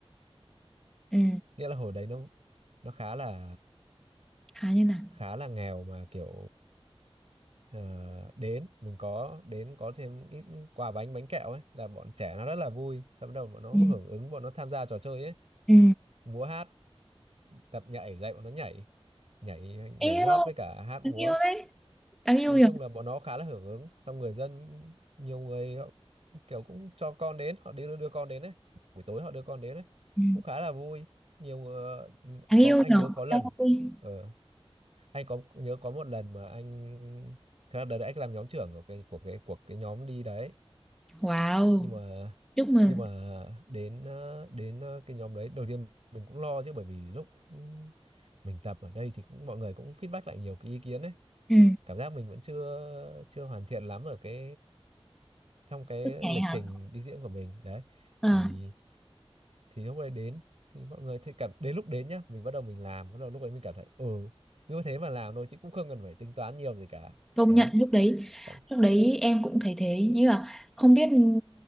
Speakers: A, in the centre; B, on the right.
A: ừ
B: nghĩa là hồi đấy nó nó khá là
A: khá như nào
B: khá là nghèo mà kiểu ờ, đến mình có đến có thêm ít quà bánh bánh kẹo ấy là bọn trẻ nó rất là vui xong bắt đầu bọn nó
A: Ừ.
B: hưởng ứng bọn nó tham gia trò chơi ấy
A: Ừ.
B: múa hát tập nhảy dạy bọn nó nhảy nhảy
A: yêu
B: nhảy nhót với cả hát
A: đáng
B: múa
A: yêu đấy đáng yêu
B: nói
A: nhỉ
B: chung là bọn nó khá là hưởng ứng xong người dân nhiều người họ kiểu cũng cho con đến họ đi đưa, đưa con đến đấy buổi tối họ đưa con đến đấy
A: Ừ.
B: cũng khá là vui nhiều người,
A: đáng
B: có
A: yêu
B: anh
A: nhỉ
B: nhớ có lần
A: em ơi
B: ờ, anh có nhớ có một lần mà anh thật ra đợt đấy anh làm nhóm trưởng của cái của cái của cái nhóm đi đấy
A: wow
B: nhưng mà
A: chúc mừng
B: nhưng mà đến ờ, đến ờ, cái nhóm đấy đầu tiên mình cũng lo chứ bởi vì lúc ừ, mình tập ở đây thì cũng mọi người cũng feedback lại nhiều cái ý kiến đấy
A: ừ
B: cảm giác mình vẫn chưa chưa hoàn thiện lắm ở cái trong cái
A: bước nhảy
B: lịch
A: hả
B: trình đi diễn của mình đấy
A: Ờ.
B: thì thì lúc đấy đến thì mọi người thấy cảm đến lúc đến nhá mình bắt đầu mình làm bắt đầu lúc ấy mình cảm thấy ừ cứ thế mà làm thôi chứ cũng không cần phải tính toán nhiều gì cả
A: công
B: đấy
A: nhận lúc đấy
B: xong
A: lúc đấy em cũng thấy thế như là không biết nữa